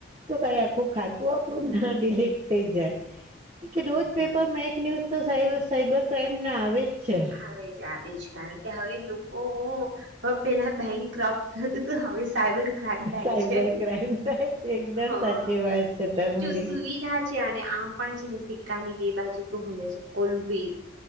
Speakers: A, on the right; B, on the right.
A: તો કાંઈ આખું ખાતું આપણું ના ડીલીટ થઈ જાય. કે-કે
B: હમ
A: રોજ
B: હમ
A: પેપરમાં એક ન્યૂઝ તો સાઈબ સાઈબર ક્રાઈમ ના આવે જ છે.
B: આવે જ આવે જ. કારણ કે હવે લોકો હવે પહેલા બેંક ક્રપ્ટ થતું તું હવે સ સાયબર ક્રાઈમ થાય
A: સાયબર
B: છો.
A: ક્રાઇમ થાય છે એકદમ
B: હા.
A: સાચી વાત છે તમારી
B: જો સુવિધા જ છે, અને આમ પણ છે ને સિક્કા ની બે બાજુ તો હોય જ ઓલવેઈઝ.